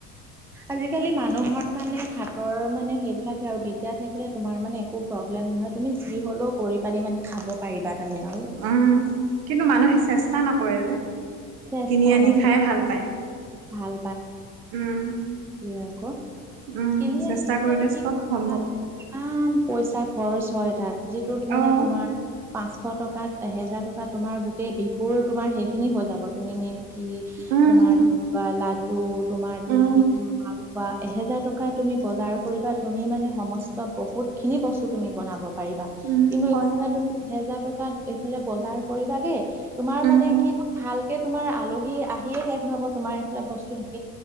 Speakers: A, in the centre; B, on the right (about 55°).
A: আজিকালি মানুহৰ মানে হাত তৰ মানে সেইবিলাকে আৰু বিদ্যা থাকিলে তোমাৰ মানে একো প্ৰব্লেম নহয়। তুমি যি হ'লেও কৰি পানি মানে খাব পাৰিবা। তাৰমানে আৰু
B: উম। কিন্তু মানুহে চেষ্টা নকৰে যে,
A: চেষ্টা
B: কিনি আনি
A: নকৰি
B: খাই ভাল পায়।
A: ভাল।
B: উম।
A: এতিয়া আক
B: উম।
A: কিনি
B: চেষ্টা
A: আনি এতিয়া
B: কৰিলে
A: <unintelligible>
B: চব সম্ভৱ।
A: কিমান পইচা খৰচ হয় তাত। যিটোত মানে
B: অহ
A: তোমাৰ পাঁচশ টকাত এহেজাৰ টকা তোমাৰ গোটেই বিহুৰ তোমাৰ সেইখিনি হৈ যাব। তুমি নিম কি
B: উম,
A: তোমাৰ ধৰ লাডু তোমাৰ তিল
B: উম,
A: পিঠা, মালপোৱা এহেজাৰ টকা তুমি বজাৰ কৰিবা। তুমি মানে সমস্ত বহুত খিনি বস্তু তুমি বনাব- পাৰিবা,
B: উম
A: কিন্তু
B: হয়,
A: এইফালে তুমি এহেজাৰ টকাত এইফালে বজাৰ কৰিবাগে। তোমাৰ
B: উম।
A: মানে কি ভালকে তোমাৰ আলহী আহিয়ে শেষ নহব তোমাৰ এইফালে বস্তু শেষ।